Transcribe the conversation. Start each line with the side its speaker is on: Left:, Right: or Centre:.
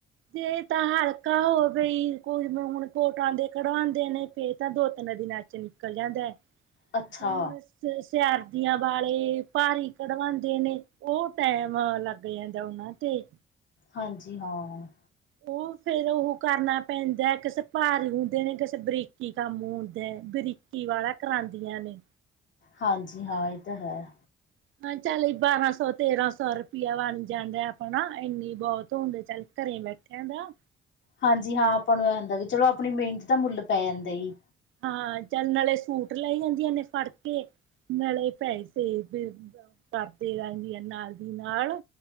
Right: ਜੇ ਤਾਂ ਹਲਕਾ ਹੋ ਬਈ ਕੋਈ ਹੁਣ ਕੋਟ ਆਉਂਦੇ ਕਢਵਾਉਂਦੇ ਨੇ ਫਿਰ ਤਾਂ ਦੋ ਤਿੰਨ ਦਿਨਾਂ ਨਿਕਲ ਜਾਂਦਾ ਹੈ
Left: ਅੱਛਾ
Right: ਜੇ ਹੁਣ ਇਸ ਸਿਆਰਦੀਆਂ ਵਾਲੇ ਭਾਰੀ ਕਢਵਾਉਂਦੇ ਨੇ ਉਹ ਟੈਮ ਲੱਗ ਜਾਂਦਾ ਉਹਨਾਂ ਤੇ
Left: ਹਾਂਜੀ ਹਾਂ
Right: ਉਹ ਫੇਰ ਉਹ ਕਰਨਾ ਪੈਂਦਾ ਕਿਸੇ ਭਾਰੀ ਹੁੰਦੇ ਨੇ ਕਿਸੇ ਬਰੀਕੀ ਕੰਮ ਹੁੰਦਾ ਬਰੀਕੀ ਦੀਵਾਰਾਂ ਕਰਾਉਂਦੀਆਂ ਨੇ
Left: ਹਾਂਜੀ ਹਾਂ ਇਹ ਤਾਂ ਹੈ
Right: ਹਾਂ ਚੱਲ ਬਾਰਾਂ ਸੌ ਤੇਰਾਂ ਸੌ ਰੁਪਇਆ ਬਣ ਜਾਂਦਾ ਆਪਣਾ ਇੰਨੀ ਬਹੁਤ ਹੁੰਦੇ ਚੱਲ ਘਰੇ ਬੈਠੇ ਕੇਣਦਾ
Left: ਹਾਂਜੀ ਹਾਂ ਆਪਾਂ ਨੂੰ ਇਹ ਹਦਾ ਵੀ ਚਲੋ ਆਪਣੀ ਮਿਹਨਤ ਤਾਂ ਮੁੱਲ ਪੈ ਜਾਂਦਾ ਜੀ
Right: ਹਾਂ ਚੱਲ ਨਾਲੇ ਸੂਟ ਲੈ ਜਾਂਦੀਆਂ ਨੇ ਫੜ ਕੇ ਨਾਲੇ ਪੈਸੇ ਕਰਦੇ ਹੀ ਰਹਿੰਦੀ ਆ ਨਾਲ ਦੀ ਨਾਲ